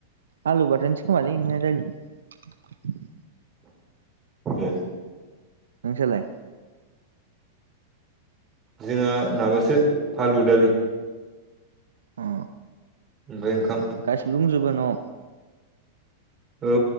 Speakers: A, on the right; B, on the right.
A: आलु बाथोनसो खोमालै ओमफ्राय आरो दालि
B: ए
A: नोंसालाय?
B: जोंहा माबासो आलु दालि
A: अ
B: ओमफ्राय ओंखाम
A: गासैबो दंजोबो न'आव?
B: औ